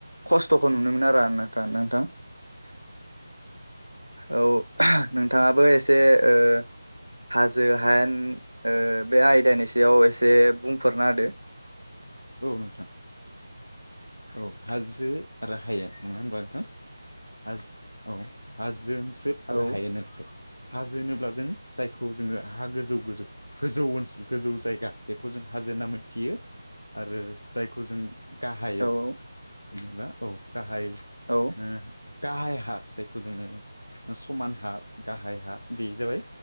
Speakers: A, on the right; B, on the left.
A: खस्थ'खौ नुनो मोना। नोंथां नोंथां। औ नोंथाङाबो एसे ओ हाजो हायेन ओ बे आयदानि सायाव एसे बुंफोरना होदो। <inaudible>
B: औ नोंथां औ हाजो आरो हायेन नङा होनबा नोंथां। हाज औ हाजो ओनसोल आरो
A: औ
B: हायेन ओनसोल हाजो होनोब्ला जोङो जायखौ जोङो हा गोजौ गोजौ गोजौ ओनसोल गोजौ जायगा बेखौ जों हाजो होन्ना मोनथियो। आरो जायखौ जों गाहायाव
A: औ
B: जेनेबा औ गाहाय।
A: औ
B: ओ गाहाय हा जायखौ जोङो ओ समान हा गाहाय हा बे जाबाय